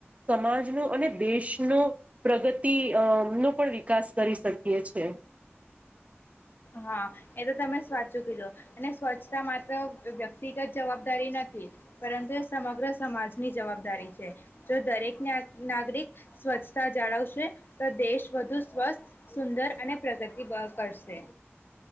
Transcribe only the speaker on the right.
સમાજનો અને દેશ નો પ્રગતિ અ નો પણ વિકાસ કરી શકીએ છીએ.